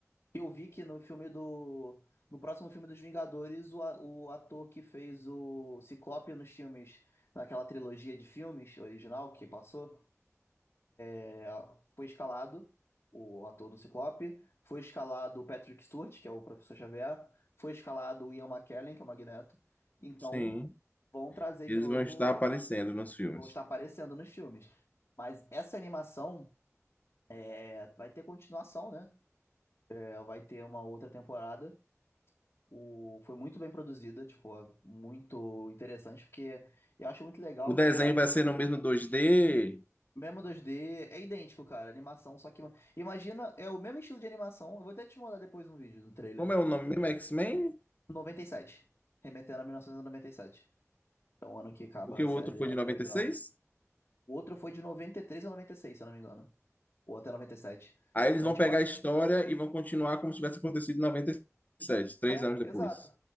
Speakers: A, on the left; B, on the left.
A: Eu vi que no filme do. No próximo filme dos Vingadores, o, a- o ator que fez o Ciclope nos filmes, naquela trilogia de filmes original que passou, É, Foi escalado o ator do Ciclope, foi escalado o Patrick Stewart, que é o Professor Xavier, foi escalado o Ian McKellen, que é o Magneto. Então,
B: sim.
A: vão trazer
B: Eles
A: de novo,
B: vão estar aparecendo nos filmes.
A: vão estar aparecendo nos filmes. Mas essa animação é, vai ter continuação, né? É, vai ter uma outra temporada. O, foi muito bem produzida, tipo, muito interessante, porque eu acho muito legal
B: O desenho
A: que
B: vai ser no mesmo 2D.
A: Mesmo dois d é idêntico, cara, a animação, só que imagina, é o mesmo estilo de animação, eu vou até te mandar depois um vídeo do trailer.
B: Como é o nome mesmo?
A: É,
B: X-Men?
A: noventa e sete remetendo a mil novecentos e noventa e sete, É o ano que acaba
B: Porque
A: a
B: o
A: série
B: outro foi de 96?
A: original. O outro foi de 93 a 96, se eu não me engano. Ou até 97.
B: Aí eles
A: Então,
B: vão
A: tipo,
B: pegar
A: a-
B: a história e vão continuar como se tivesse acontecido em 97, três
A: é,
B: anos depois.
A: exato.